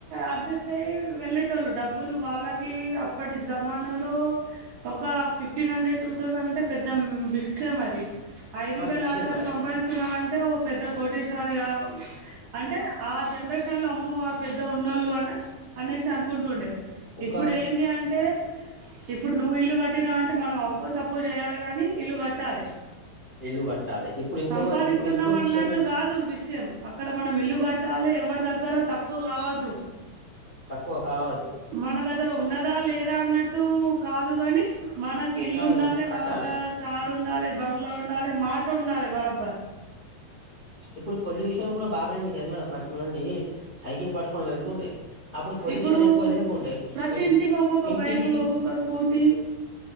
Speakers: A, on the right (about 60°); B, on the left (about 20°).
A: అడ్జస్ట్ అయ్యి వెళ్ళేటోళ్ళు డబ్బులు వాళ్ళకి అప్పటి జమానాలో ఒక ఫిఫ్టీన్ హండ్రెడ్ టూ థౌసండ్ అంటే పెద్ద బి అది ఐదు
B: ఆ
A: వేలు
B: విషయం
A: ఆరు వేలు
B: అది
A: సంపాదిస్తున్నామంటే ఓ పెద్ద కోటేశ్వరి అంటే ఆ జనరేషన్ లో అమ్ము ఆ పెద్ద ఉన్నోళ్ళు అని అనేసి అనుకుంటుండే
B: ఒక
A: ఇప్పుడు ఏంది అంటే ఇప్పుడు నువ్వు ఇల్లు కట్టినవ్ అంటే మనం అప్పు సప్పు చేయాలి కాని ఇల్లు కట్టాలి
B: ఇల్లు కట్టాలి ఇప్పుడు ఇంకొక
A: సంపాదిస్తున్నాం
B: ఇప్పుడు ఇంకో
A: అన్నట్టు
B: విషయం ఏంటి
A: కాదు విషయం అక్కడ మనం ఇల్లు కట్టాలి ఎవరి దగ్గర తక్కువ కావద్దు
B: తక్కువ కావదు
A: మన దగ్గర ఉన్నదా లేదా అన్నట్టు కాదు కాని మనకు ఇల్లుండాలి
B: కాదు కట్టాలి
A: వాళ్ళ కారు ఉండాలి బంగ్లా ఉండాలి మాట ఉండాలి బరాబర్
B: ఇప్పుడు పొల్యూషన్ కూడా బాగాయింది కదా మేడం ఫస్ట్ చూడండి సైకిల్ పట్టుకొని వెళ్తుండే అప్పుడు పొల్యూషన్
A: ఇప్పుడు
B: ఎక్కువ లేకుండే
A: ప్రతి
B: ఇప్పు
A: ఇంటికి ఒక్కొక్క
B: ఇంటింటికి
A: బైక్ ఒక్కొక్క స్కూటీ